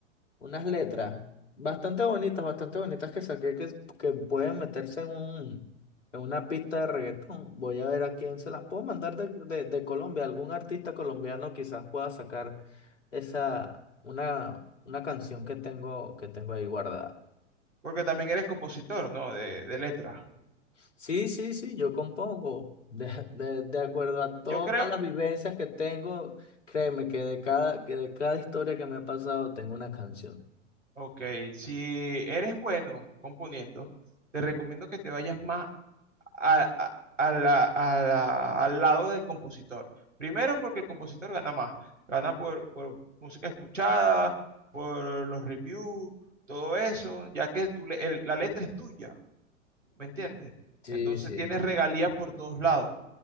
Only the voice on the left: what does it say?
unas letras bastante bonitas, bastante bonitas que saqué que, que pueden meterse en un, en una pista de reggaetón. Voy a ver a quién se las puedo mandar de, de, de Colombia. Algún artista colombiano quizás pueda sacar esa, una, una canción que tengo, que tengo ahí guardada.
Sí, sí, sí, yo compongo. De, de, de acuerdo a todas
las vivencias que tengo, créeme que de cada, que de cada historia que me ha pasado tengo una canción.
Sí,
sí.